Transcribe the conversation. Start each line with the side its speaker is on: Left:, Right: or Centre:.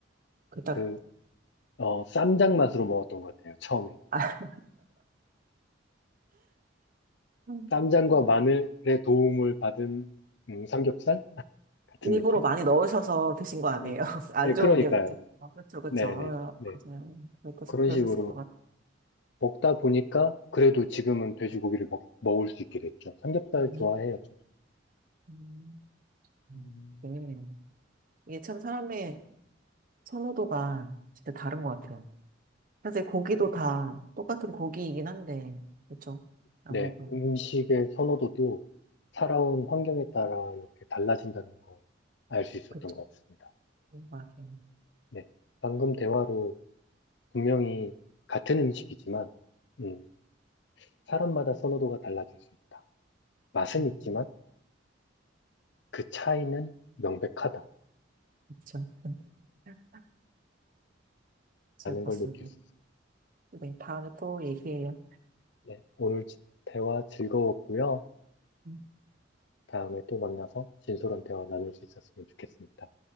Right: 그 딱,
Left: 그, 어, 쌈장 맛으로 먹었던 것 같아요, 처음에는.
Right: 아, 음.
Left: 쌈장과
Right: <laughs>
Left: 마늘의 도움을 받은, 음, 삼겹살 같은
Right: 일부러
Left: 느낌?
Right: 많이 넣으셔서 드신 거 아니에요?
Left: 네,
Right: <laughs> 안
Left: 네,
Right: 좋은
Left: 그러니까요.
Right: 기억이 있죠? 아, 그쵸, 그쵸.
Left: 네네,
Right: 아,
Left: 네. 네.
Right: 맞아요. 그러셨,
Left: 그런
Right: 그러셨을
Left: 식으로
Right: 것 같아요.
Left: 먹다 보니까 그래도 지금은 돼지고기를 먹, 먹을 수 있게 됐죠. 삼겹살
Right: 음,
Left: 좋아해요, 저도.
Right: 음, 음.
Left: 음,
Right: 재밌네요. 이게 참 사람의 선호도가 진짜 다른 것 같아요. 사실 고기도 다 똑같은 고기이긴 한데, 그렇죠 아무래도,
Left: 네, 음식의 선호도도 살아온 환경에 따라 이렇게 달라진다는 걸 알 수 있었던
Right: 그렇죠
Left: 것 같습니다.
Right: 맞아요.
Left: 네, 방금 대화로 분명히 같은 음식이지만, 음, 사람마다 선호도가 달라질 수 있다. 맛은
Right: 음.
Left: 있지만 그 차이는 명백하다라는
Right: 그쵸. <laughs> 즐겁습니다
Left: 걸 느낄 수 있습니다.
Right: 네, 다음에 또 얘기해요.
Left: 네, 오늘 대화 즐거웠고요.
Right: <laughs>
Left: 다음에 또 만나서 진솔한 대화 나눌 수 있었으면 좋겠습니다.